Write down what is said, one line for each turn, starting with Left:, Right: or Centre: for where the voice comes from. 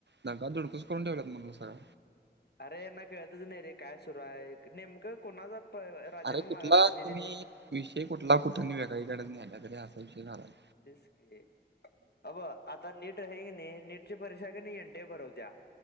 Right: दंगा धुडकूस करून ठेवल्यात म्हण सगळा.
Left: अरे यांना कळतच नाही रे काय सुरू आहे, नेमकं कोणाचा राजीनामा
Right: अरे कुठला
Left: मागायला पाहिजेत
Right: तुम्ही
Left: हेनी.
Right: विषय कुठला कुठं वेगळीकडेच ‌न्हायल्यात रे, असा विषय झालायं.
Left: तेच‌ की अबघ आता नीट हे कणी, नीट ची परीक्षा एन टी ए भरवत्या.